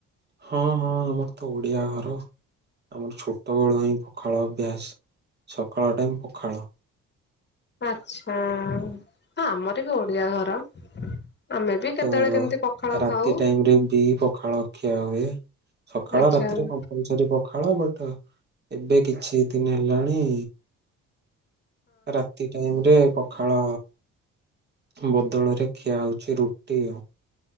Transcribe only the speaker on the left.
ଆଛା ହ ଆମର ବି ଓଡିଆ ଘର। ଆମେ ବି
କେତେବେଳେ କେମିତି ପଖାଳ
ଖାଉ
ଆଚ୍ଛା
ହଁ।